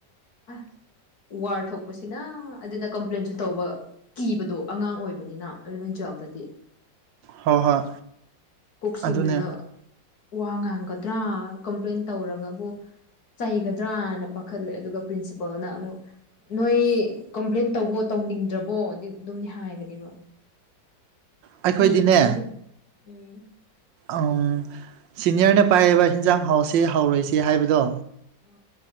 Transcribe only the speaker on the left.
ꯑ ꯋꯥꯔ ꯊꯣꯛꯄꯁꯤꯅ ꯑꯗꯨꯅ ꯀꯝꯄ꯭ꯂꯦꯟꯁꯨ ꯇꯧꯕ ꯀꯤꯕꯗꯣ ꯑꯉꯥꯡ ꯑꯣꯏꯕ ꯅꯤꯅ ꯑꯔꯕꯤꯟ ꯆꯧꯄꯇꯤ
ꯀꯣꯛꯁꯤꯡꯗꯨꯅ
ꯋꯥ ꯉꯥꯡꯒꯗ꯭ꯔꯥ ꯀꯝꯄ꯭ꯂꯦꯟ ꯇꯧꯔꯒꯕꯨ ꯆꯩꯒꯗ꯭ꯔꯥꯅ ꯄꯥꯈꯠꯂꯦ ꯑꯗꯨꯒ ꯄ꯭ꯔꯤꯟꯁꯤꯄꯥꯜꯅ ꯑꯃꯨꯛ ꯅꯣꯏ ꯀꯝꯄ꯭ꯂꯦꯟ ꯇꯧꯕꯣ ꯇꯧꯅꯤꯡꯗ꯭ꯔꯕꯣ ꯑꯗꯨ ꯑꯗꯨꯝꯅꯤ ꯍꯥꯏꯒꯅꯦꯕ
ꯀꯤꯕꯗꯨꯅ ꯎꯝ
ꯑ